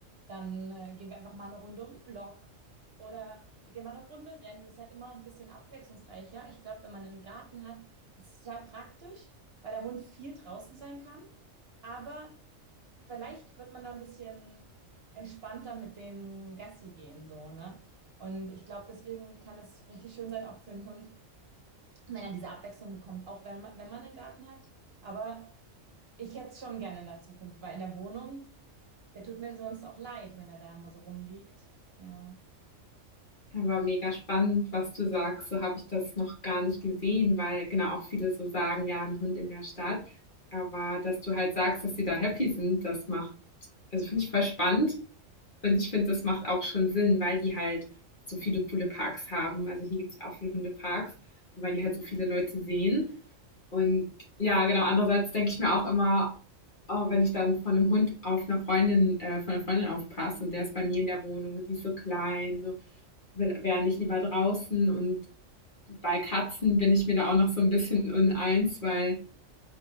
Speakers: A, on the right; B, on the left.
A: Dann äh, gehen wir einfach mal eine Runde um den Block. Oder wir gehen mal eine Runde rennen. Das ist halt immer ein bisschen abwechslungsreicher. Ich glaube, wenn man einen Garten hat, das ist total praktisch, weil der Hund viel draußen sein kann. Aber vielleicht wird man da ein bisschen entspannter mit den Gassi gehen, so, ne? Und ich glaube, deswegen kann es richtig schön sein, auch für einen Hund, wenn er diese Abwechslung bekommt, auch wenn man, wenn man einen Garten hat. Aber ich hätte es schon gerne in der Zukunft, weil in der Wohnung, der tut mir sonst auch leid, wenn er da immer so rumliegt. Ja.
B: Aber mega spannend, was du sagst. So habe ich das noch gar nicht gesehen, weil genau auch viele so sagen, ja, ein Hund in der Stadt. Aber dass du halt sagst, dass sie da happy sind, das macht, also finde ich voll spannend. Und ich finde, das macht auch schon Sinn, weil die halt so viele coole Parks haben. Also hier gibt es auch viele Hundeparks, und weil die halt so viele Leute sehen. Und ja, genau, andererseits denke ich mir auch immer, oh, wenn ich dann von einem Hund auf einer Freundin, äh, von einer Freundin aufpasse und der ist bei mir in der Wohnung und die ist so klein, so, wäre nicht lieber draußen. Und bei Katzen bin ich mir da auch noch so ein bisschen uneins, weil